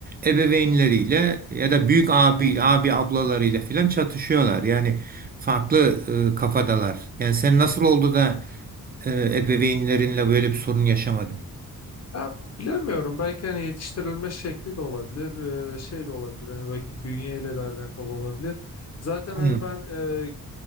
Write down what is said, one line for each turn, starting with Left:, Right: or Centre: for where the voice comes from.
Right: ebeveynleriyle ya da büyük abi abi ablalarıyla filan çatışıyorlar. Yani farklı e, kafadalar. Yani sen nasıl oldu da e, ebeveynlerinle böyle bir sorun yaşamadın?
Left: Ya bilemiyorum. Belki hani yetiştirilme şekli de olabilir, e, şey de olabilir. Hani belki bünyeyle de alakalı olabilir. Zaten
Right: Hmm,
Left: hani ben e,